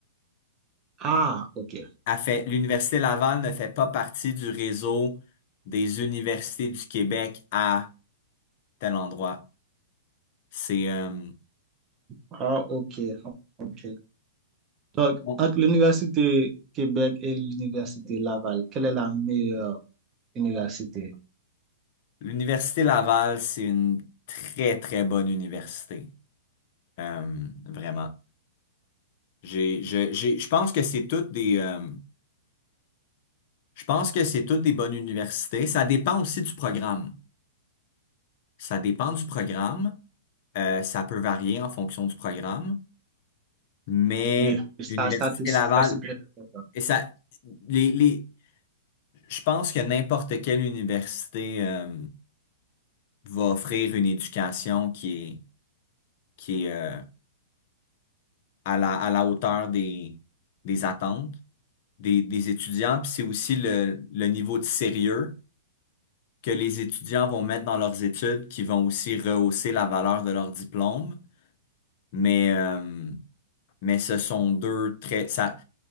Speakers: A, on the right; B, on the left.
A: Ah, ok.
B: Elle fait, l'Université Laval ne fait pas partie du réseau des universités du Québec à tel endroit. C'est, euh,
A: Ah, ok, ok. Donc,
B: bon,
A: entre l'université Québec et l'université Laval, quelle est la meilleure université?
B: l'Université Laval, c'est une très, très bonne université. Euh, vraiment. J'ai, je, j'ai, je pense que c'est toutes des, euh, je pense que c'est toutes des bonnes universités. Ça dépend aussi du programme. Ça dépend du programme. Euh, ça peut varier en fonction du programme, mais
A: Oui, ça,
B: l'Université
A: ça, tout- ça
B: Laval,
A: c'est très important.
B: et ça, les, les, je pense que n'importe quelle université euh, va offrir une éducation qui est, qui est euh, à la, à la hauteur des, des attentes des, des étudiants. Puis c'est aussi le, le niveau de sérieux que les étudiants vont mettre dans leurs études qui vont aussi rehausser la valeur de leur diplôme. Mais, euh, mais ce sont deux très, ça,